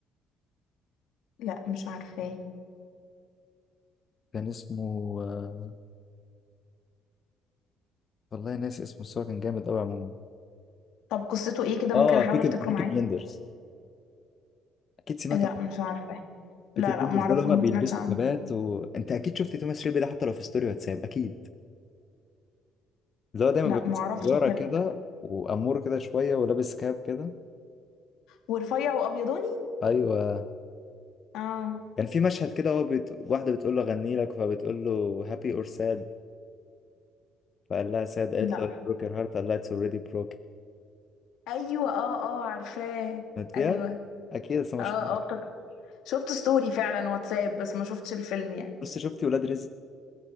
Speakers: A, on the left (about 80°); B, on the left (about 35°).
A: لا مش عارفاه
B: كان اسمه آه، والله ناسي اسمه بس هو كان جامد قوي عموما
A: طب قصته ايه كده
B: اه
A: ممكن احاول
B: بيكي
A: افتكره
B: بيكي
A: معاه
B: بلندرز اكيد سمعت
A: لا مش عارفاه
B: فكرة
A: لا
B: بالنسبة
A: لا معرفوش
B: له هما
A: ما
B: بيلبسوا
A: سمعتش عنه
B: كبات وانت اكيد شفت توماس شيلبي ده حتى لو في ستوري واتساب اكيد اللي هو دايما
A: لا
B: بيبقى ماسك
A: معرفش
B: سيجارة
A: بجد
B: كده وامور كده شوية ولابس كاب كده
A: ورفيع وابيضاني
B: ايوه
A: اه
B: كان في مشهد كده هو بت... واحدة بتقول له غني لك فبتقول له هابي اور ساد فقال لها ساد قالت
A: لا
B: له بروك يور هارت قال لها اتس اوريدي بروك
A: ايوه اه اه عارفاه
B: يا
A: ايوه
B: اكيد بس مش
A: اه اه افتكرت شفت ستوري فعلا واتساب بس ما شفتش الفيلم يعني
B: بس شفتي ولاد رزق